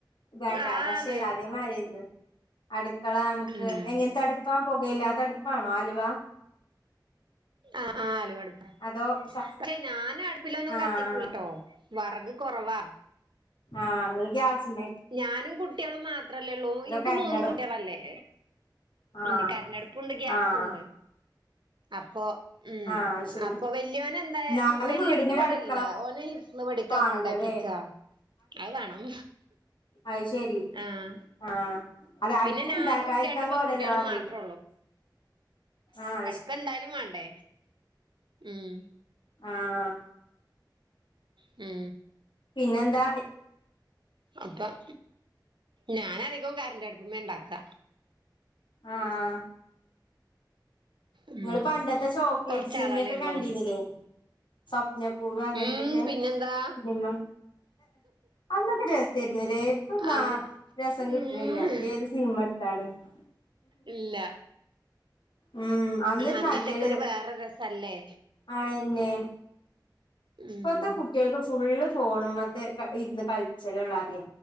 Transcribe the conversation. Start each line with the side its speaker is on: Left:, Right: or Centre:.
Left: ഇതാക്കാ
Right: ആന്ന്
Left: പക്ഷെ അതേമാരി ഇന്ന് അടുക്കള നമുക്ക്
Right: ഉം
Left: എങ്ങനത്തെ അടുപ്പാ പുകയില്ല അത് അടുപ്പാണോ ആലുവ
Right: ആ് ആ ആലോ അടുപ്പ്
Left: അതോ സ
Right: പക്ഷെ ഞാനും അടുപ്പിലൊന്നും
Left: ആഹ്
Right: കത്തിക്കൂലട്ടോ വറക് കുറവാ
Left: ആഹ അ ഗ്യാസല്ലെ
Right: ഞാനും കുട്ടികളും മാത്രല്ലേള്ളൂ എനിക്ക്
Left: കരന്റടോ
Right: മൂന്ന് കുട്ടികളല്ലേ
Left: ആഹ്
Right: ഇനി കരണ്ടടുപ്പണ്ട് ഗ്യാസുണ്ട്
Left: ആഹ്
Right: അപ്പൊ ഉം
Left: ആഹ് അത് ശരി
Right: അപ്പൊ വല്യോന എന്താ
Left: എന്നാലും
Right: വല്യോന്
Left: വീടിനൊരു
Right: ഇവിടല്ല
Left: അടുക്കള
Right: ഓന് ഒന്ന് പെടിക്കാൻ
Left: വാണല്ലോല്ലേ
Right: കൊണ്ടാക്കിക്കാ അത് വേണം
Left: അഹ് ശരി
Right: ആഹ്
Left: ആഹ് അത് അടുപ്പുണ്ടാക്കാ
Right: പിന്നെ ഞാനും
Left: ഇരിക്കാൻ
Right: രണ്ട് പെൺകുട്ടികളും
Left: പോലല്ലോ വേറെ
Right: മാത്രേ
Left: ആഹ്
Right: പ്പ എന്തായാലും വേണ്ടേ ഉം
Left: ആഹ്
Right: മ്
Left: പിന്നെന്താ
Right: അപ്പം ഞാനധികം കരണ്ടഅടുപ്പ്മേ ഉണ്ടാക്ക
Left: ആഹ്
Right: ഉം
Left: നിങ്ങള് പണ്ടത്തെ ചോക്ലേറ്റ്
Right: കൊറച്ചാളല്ലേ
Left: സിനിമയൊക്കെ കണ്ടിരുന്നില്ലേ
Right: ഉള്ളൂ
Left: സ്വപ്ന പൂട് അങ്ങനത്തൊക്കെ
Right: ഉം പിന്നെന്താ
Left: ഫിലിമ് അന്നൊക്കെ രസമായിരുന്നുല്ലേ ഇപ്പൊ നാ
Right: അതെ
Left: രസം കിട്ടണില്ല
Right: ഉം
Left: ഏത് സീൻമ കാര <unintelligible>
Right: ഇല്ല
Left: ഉം അനല്ലൊരു
Right: അന്നത്തൊക്കെ ഒരു വേറെ രസല്ലേ
Left: ആന്നെ <unintelligible>
Right: ഉം
Left: ഇപ്പത്തെ കുട്ടികൾക്ക് ഫുള്ള് ഫോണ്പത്തെ ഇരുന്ന് കളിച്ചലുള്ള അറിയ